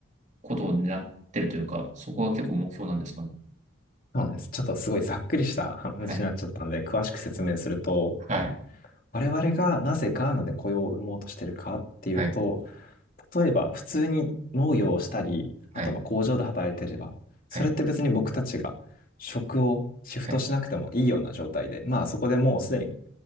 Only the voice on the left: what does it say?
そうなんです。ちょっとすごいざっくりした話になっちゃったんで、
詳しく説明すると、
我々がなぜガーナで雇用を生もうとしてるかっていうと、
例えば、普通に農業をしたり、
あとは工場で働いてれば、
それって別に僕たちが職をシフトしなくてもいいような状態で、
まあそこでもうすでに